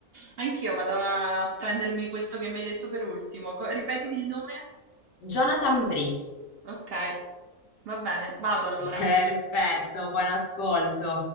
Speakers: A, on the right; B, on the left.
A: Anch'io vado a prendermi questo che mi hai detto per ultimo. Co ripetimi il nome?
B: Jonathan Brie.
A: Okay, va bene, vado allora.
B: Perfetto, buon ascolto.